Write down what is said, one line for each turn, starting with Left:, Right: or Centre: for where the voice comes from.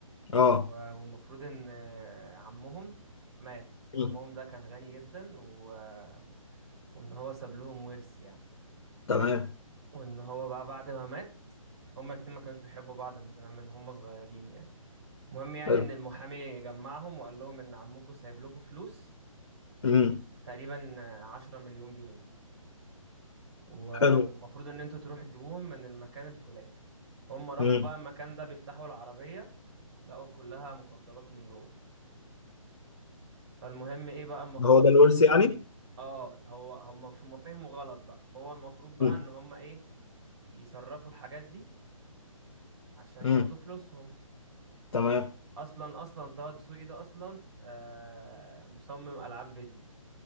Left: اه
Right: و- والمفروض ان آه، عمهم مات عمهم
Left: مم.
Right: ده كان غني جدا و... آه، وان هو ساب لهم ورث يعني
Left: تمام
Right: وان هو بقى بعد ما مات هما الاتنين ما كانوش بيحبوا بعض من زمان من هما صغيرين يعني المهم يعني
Left: حلو
Right: ان المحامي جمعهم وقال لهم ان عمكم سايب لكم فلوس
Left: امم
Right: تقريبا عشرة مليون جنيه و-
Left: حلو
Right: والمفروض ان انتوا تروحوا تجيبوهم من المكان الفلاني هم راحوا
Left: امم
Right: بقى المكان ده بيفتحوا العربية لقوا كلها مخدرات من جوه فالمهم ايه بقى المفروض
Left: هو ده
Right: ان
Left: الورث
Right: هم
Left: يعني؟
Right: اه هو هم هم فهموا غلط بقى فهو المفروض بقى
Left: امم
Right: ان هم ايه يصرفوا الحاجات دي عشان
Left: امم
Right: ياخدوا فلوسهم
Left: تمام
Right: اصلا اصلا طه دسوقي ده اصلا آه مصمم العاب فيديو